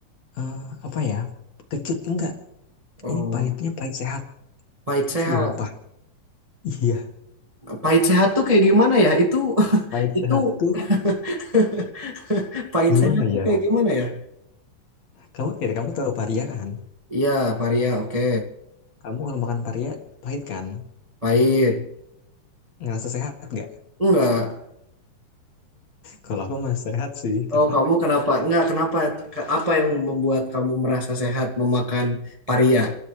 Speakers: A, on the left (about 55°); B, on the right (about 15°).
A: eh, apa ya? Kecut enggak.
B: Oh,
A: Ini pahitnya pahit sehat.
B: pahit sehat.
A: Sumpah. <laughs> Iya,
B: Pahit sehat tuh kayak gimana ya? Itu <laughs>
A: pahit
B: itu
A: sehat tuh
B: <laughs> pahit
A: gimana
B: sehat
A: ya?
B: tuh kayak gimana ya?
A: Kamu kira kamu tahu paria kan?
B: Iya, paria. Oke.
A: Kamu kalau makan paria pahit kan?
B: Pahit.
A: Ngerasa sehat nggak?
B: Enggak.
A: Kalau aku merasa sehat sih karena
B: Oh, kamu kenapa? Enggak, kenapa? Ke- Apa yang membuat kamu merasa sehat memakan paria